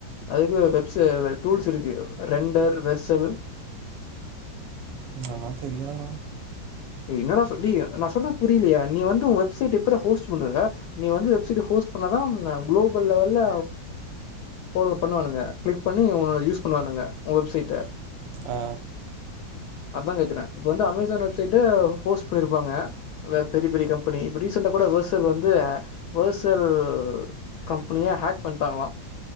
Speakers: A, on the left; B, on the right.
A: அதுக்கு வெப் ஸே டூல்ஸ் இருக்கு ரெண்டர் வெர்சல்
B: அத்ல்லா தெரியாதுரா
A: டே என்னடா சொல் டே நா சொல்றது புரியலயா நீ வந்து ஒ வெப்சைட் எப்புட்ரா ஹோஸ்ட் பண்ணுவ நீ வந்து வெப் சைட் ஹோஸ்ட் பண்ணாதா க்ளோபல் லெவல்ல ஃபாலோ பண்ணுவானுங்க கிளிக் பண்ணி உன்னோட யூஸ் பண்ணுவானுங்க ஊ வெப் சைட்ட
B: அ
A: அதா கேக்குற இப்ப வந்து அமேசான் வெப்சைட்டடு ஹோஸ்ட் பண்ணிருப்பாங்க பெரிய பெரிய கம்பெனி இப்ப ரீசண்டா கூட வேர்சல் வந்து வேர்சல் கம்பெனிய ஹேக் பண்ட்டாங்ளா